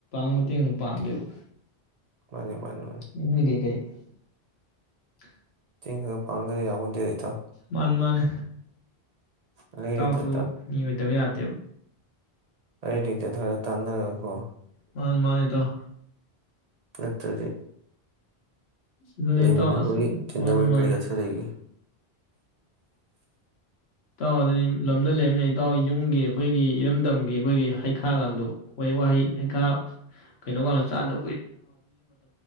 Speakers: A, on the left; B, on the right.
A: <unintelligible> ꯃꯇꯦꯡ ꯑꯗꯨꯝ ꯄꯥꯡꯒꯦꯕ
B: ꯃꯥꯅꯤ ꯃꯥꯅꯤ
A: ꯏꯃꯨꯡꯒꯤ
B: <unintelligible>
A: <inaudible>
B: <unintelligible> <unintelligible> ꯌꯥꯄꯣꯇꯦ ꯏꯇꯥꯎ꯫
A: ꯃꯅꯤ ꯃꯅꯤ꯫
B: ꯑꯔꯩ
A: ꯏꯇꯥꯎꯁꯨ
B: ꯂꯩꯇ
A: ꯃꯤ ꯑꯣꯏꯗꯕ ꯌꯥꯗꯦꯕ
B: <unintelligible> ꯔꯔ ꯇꯥꯥꯟꯅꯔꯀꯣ?
A: ꯃꯥ ꯃꯥꯅꯤ ꯏꯇꯥꯎ꯫
B: ꯅꯠꯇ꯭ꯔꯗꯤ
A: ꯑꯗꯨꯅꯤ
B: ꯂꯩꯃꯤꯟꯅꯕꯒꯤ
A: ꯏꯇꯥꯎ ꯑꯁ
B: ꯇꯤꯟꯅꯕꯒꯤ
A: ꯃꯥꯅꯤ ꯃꯥꯅꯤ
B: ꯀꯔꯤ ꯑꯔꯊ ꯂꯩꯒꯦ
A: ꯏꯇꯥꯎ ꯑꯗꯨꯗꯤ ꯂꯝꯗ ꯂꯩꯔꯃꯤꯅꯤ ꯏꯇꯥꯎ ꯌꯨꯝꯒꯤ ꯑꯩꯈꯣꯏꯒꯤ ꯏꯔꯝꯗꯝꯒꯤ ꯑꯩꯈꯣꯏꯒꯤ ꯍꯩꯈꯥꯒꯗꯨꯣ ꯍꯣꯏ ꯋꯥꯍꯩ ꯍꯩꯈꯥ꯫ ꯀꯩꯅꯣꯒꯗꯣ ꯆꯥꯗ